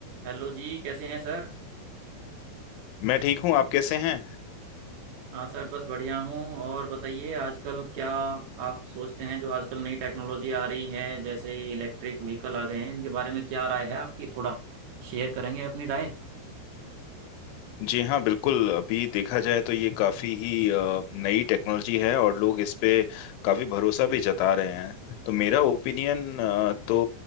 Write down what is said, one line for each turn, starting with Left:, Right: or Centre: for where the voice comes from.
Right: Hello जी कैसे हैं सर
Left: मैं ठीक हूँ आप कैसे हैं
Right: हाँ सर बस बढ़िया हूँ और बताइए आजकल क्या आप सोचते हैं जो आजकल नई टेक्नोलॉजी आ रही है जैसे इलेक्ट्रिक व्हीकल आ गए हैं इनके बारे में क्या राय है आपकी थोड़ा शेयर करेंगे अपनी राय
Left: जी हाँ बिल्कुल अभी देखा जाए तो ये काफ़ी ही अ, नई टेक्नोलॉजी है और लोग इस पे काफ़ी भरोसा भी जता रहे हैं तो मेरा ओपिनियन तो